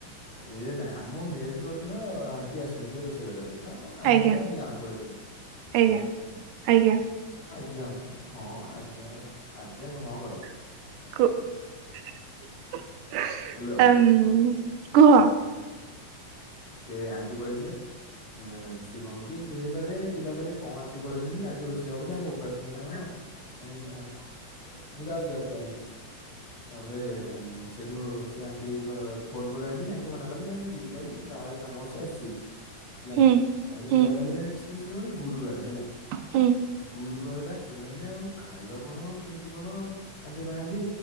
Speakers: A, on the left (about 55°); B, on the right (about 90°).
A: ଇଏ ନା ଆମ ମେସରେ ଗୋଟେ ଥର ଆଣ୍ଟି ଆସି ନଥିଲେ ରୋଷେଇ କରିଆ ପାଇଁ, ତାଙ୍କର କଣ କାମ
B: ଆଜ୍ଞା
A: ଥିଲା ଏନ୍ତି ଗାଁକୁ ପଳେଇ ଥିଲେ
B: ଆଜ୍ଞା
A: ହେଲା।
B: ଆଜ୍ଞା
A: ଆଜ୍ଞା, ହଁ, ଆଜ୍ଞା, ଆଜ୍ଞା କଣ, ହଁ କର।
B: କୁ ହି, ହି, ହେ
A: ହ୍ୟାଲୋ
B: ଆମ୍ କୁହ।
A: ସେ ଆଣ୍ଟି ପଳେଇ ଥିଲେ। <unintelligible> କେହିଥରେ ପିଲା କହିଲେ କଁ ଆଣ୍ଟି ପଳେଇଛନ୍ତି ଆଜି ରୋଷେଇ ହବନି ଆଜି ଉପାସ ରହିବାନା କଁ? ଏମିତି କଣ? ମୁଁ ଯାଉଚି, ଯାଉଚି, ଚାଲ ତାପରେ ସେଠୁ ସେ ଆଣ୍ଟି କ ଫୋନ୍ କଲୁ ଆଣ୍ଟିକି, ଆଣ୍ଟି ମନା କଲେ ନାଇଁ ମୁଁ ଯିବିନାଇ। ଗାଁ ରେ କାମ ଅଛି ଆସି ହେଲା,
B: ହୁଁ
A: ତାପରେ
B: ହୁଁ
A: ପିଲା କଇଲେ <unintelligible> ଗୁରୁବାରେ ହେଲା।
B: ଉଁ।
A: ଗୁରୁବାର ଟା ପିଲା କଇଲେ ଆଉ ଖାଇବା କଣ? କେମିତି କଣ? ଆଣ୍ଟି ନାହାନ୍ତି।